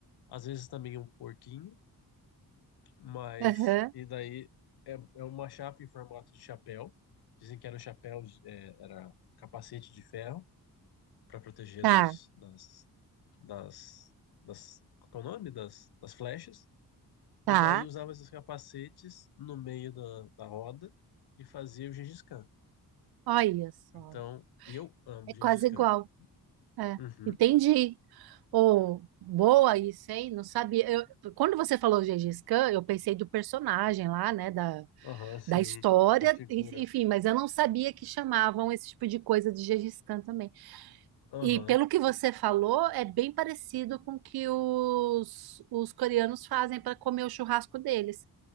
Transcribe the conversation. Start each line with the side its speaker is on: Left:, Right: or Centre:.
Left: às vezes também um porquinho, mas
Right: Aham,
Left: e daí é, é uma chapa em formato de chapéu. Dizem que era um chapéu, de- é, era capacete de ferro para proteger
Right: tá,
Left: dos das das das qual que é o nome das das flechas.
Right: tá.
Left: E daí usava esses capacetes no meio da, da roda e fazia o Gengis Khan.
Right: Olha só,
Left: Então, e eu amo
Right: é quase
Left: Gengis Khan.
Right: igual. É,
Left: Uhum.
Right: entendi. Oh, boa isso, hein? Não sabia. Eu- quando você falou Gengis Khan, eu pensei do personagem lá, né? Da,
Left: Aham, sim.
Right: da história,
Left: Da figura.
Right: en- enfim, mas eu não sabia que chamavam esse tipo de coisa de Gengis Khan também.
Left: Aham,
Right: E pelo que você falou, é bem parecido com o que os, os coreanos fazem para comer o churrasco deles.